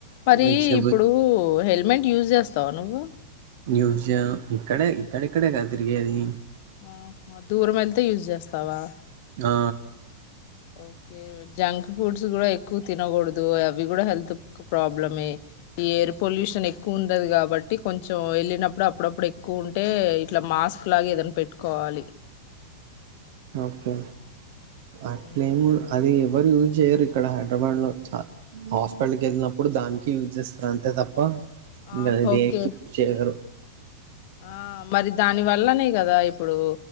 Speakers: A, on the left; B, on the right.
A: మరి
B: వెజిటబుల్
A: ఇప్పుడు హెల్మెట్ యూజ్ చేస్తావా నువ్వు
B: న్యూజయం ఇక్కడే ఇక్కడక్కడే కద తిరిగేది
A: ఆ దూరం వెళతే యూజ్ చేస్తావా
B: ఆ
A: ఓకే జంక్ ఫుడ్స్ కూడా ఎక్కువ తినకూడదు అవి కూడా హెల్త్ ప్రాబ్లమే ఈ ఎయిర్ పొల్యూషన్ ఎక్కువ ఉండది కాబ కాబట్టి కొంచెం వెళ్ళినప్పుడు అప్పుడప్పుడు ఎక్కువ ఉంటే ఇట్లా మాస్క్ లాగా ఏదైనా పెట్టుకోవాలి
B: ఓకే
A: మ్మ్.
B: అట్లే అది ఎవరు యూజ్ చేయరు ఇక్కడ హైదరాబాద్లో చ హాస్పిటల్కి వెళ్ళినప్పుడు దానికి యూజ్ చేస్తారు అంతే తప్ప
A: ఆ
B: ఇంకా
A: ఓకే
B: దేనికి చేయగరు
A: ఆ మరి దాని వల్లనే కదా ఇప్పుడు